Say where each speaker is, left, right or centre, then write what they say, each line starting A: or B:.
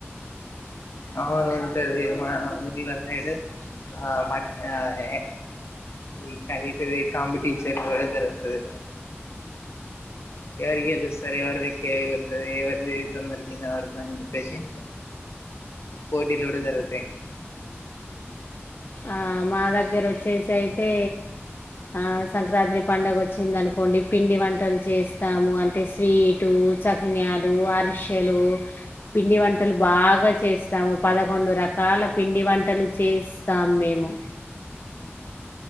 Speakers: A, on the left (about 75°); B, on the left (about 50°).
A: అవును ఉంటది మా ఊర్లో సైడు ఆ పట్ ఆ ఆ ఈ కైటితే కాంపిటీషన్ కూడా జరుగుతుంది ఎవరి ఎలుస్తారు ఎవర్దిక్కతారు ఎవరిది తొందరకిింద వాడుతదీ అని చెప్పేసి పోటీలు కూడా జరుగుతాయి
B: ఆ మా దగ్గర వచ్చేసి అయితే ఆ సంక్రాంతి పండుగ వచ్చిందినుకో డి పిండి వంటలు చేసి స్తాము అంటే స్వీటు చకిన్యాలు అరిసెలు పిండి వంటలు బాగా చేస్తాము పదకొండు రకాల పిండి వంటలు చేసి స్తాం మేము